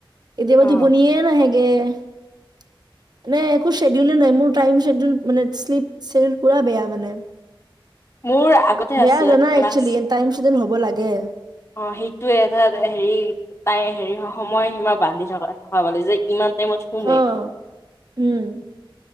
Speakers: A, on the right; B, on the left.
A: কেতিয়াবা
B: অ'
A: টোপনিয়ে নাহেগে। <inaudible> মানে একো শ্বেডুলেই নাই, মোৰ টাইম শ্বেডুল মানে শ্লিপ শ্বেডুল পোৰা বেয়া মানে।
B: মোৰ আগতে
A: বেয়া
B: আছিল
A: জানা
B: ক্লাছ
A: একচলি, টাইম শ্বেডুল হ'ব লাগে।
B: অ, হেইটোয়ে এটাত হেৰি তাই হেৰি হময় হিমা বান্ধি থকা থকাবলে যেই ইমান টাইমত শুমে।
A: অ উম